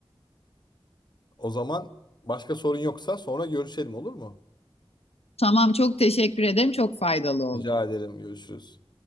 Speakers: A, on the left; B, on the left.
A: O zaman başka sorun yoksa sonra görüşelim olur mu?
B: Tamam çok teşekkür ederim. Çok faydalı oldu.
A: Rica ederim görüşürüz.